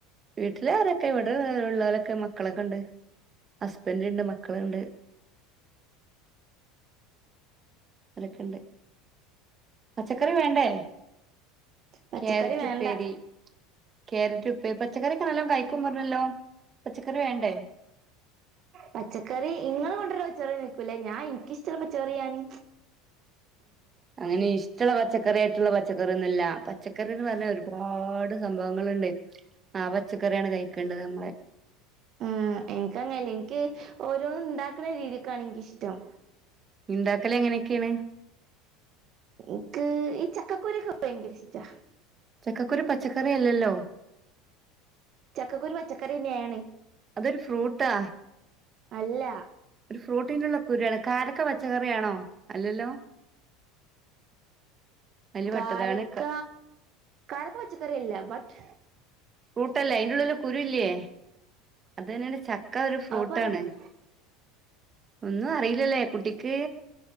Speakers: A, on the right (about 30°); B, on the right (about 45°).
A: വീട്ടില് ആരൊക്കെ ഇവിടെ ഇള്ളോലൊക്കെ മക്കളൊക്കെണ്ട്, ഹസ്ബെന്റഉണ്ട് മക്കളുണ്ട്, ഓലൊക്കെണ്ട് പച്ചക്കറി വേണ്ടേ?
B: പച്ചക്കറി
A: കേരെറ്റ്
B: വേണ്ട
A: ഉപ്പേരി കേരെറ്റ് ഉപ്പേരി പച്ചക്കറൊക്കെ നല്ലോം കഴിക്കും പറഞ്ഞല്ലോ പച്ചക്കറിവേണ്ടേ?
B: പച്ചക്കറി ഇങ്ങള് കൊണ്ടര്ണ പച്ചറി ഇട്ക്കൂല ഞാൻ ഇൻക്കിഷ്ടള്ള പച്ചക്കറി ഞാന്
A: അങ്ങനെ ഇഷ്ടള്ള പച്ച ക്കറി ആയ്ട്ട്ള്ള പച്ചക്കറി ഒന്നുല്ല പച്ചക്കറീന്ന് പർഞ്ഞാ ഒരുപാട് സംഭവങ്ങള്ണ്ട് ആ പച്ചക്കറിയാണ് കഴിക്കേണ്ടത് നമ്മള്
B: ആഹ് ഇൻക്കങ്ങനല്ല ഇൻക്ക് ഓരോന്നും ഇണ്ടാക്ണ രീതിക്കാണ് ഇൻക്കിഷ്ടം
A: ഇണ്ടാക്കലെങ്ങനെക്കേണ്
B: ഇൻക്ക് ഈ ചക്കക്കുരു ഒക്കെ ഭയങ്കര ഇഷ്ടാ
A: ചക്കക്കുരു പച്ചക്കറി അല്ലല്ലോ
B: ചക്കക്കുരു പച്ചക്കറിന്നേണ്
A: അതൊരു ഫ്രൂട്ടാ
B: അല്ല
A: ഒരു ഫ്രൂട്ടന്ള്ള കുരി ആണ് കാരക്ക പച്ചക്കറിയാണോ അല്ലല്ലോ അതില് പെട്ടതാണ്
B: കാരക്ക കാരക്ക പച്ചക്കറിയല്ല ബട്ട്
A: ഫ്രൂട്ടല്ലെ ഐൻ്റുള്ളില് കുരു ഇല്ലേ അതന്നേണ് ച ക്ക ഒരു ഫ്രൂട്ടാണ്
B: അത് പറഞ്ഞത്
A: ഒന്നും അറീലലെ കുട്ടിക്ക്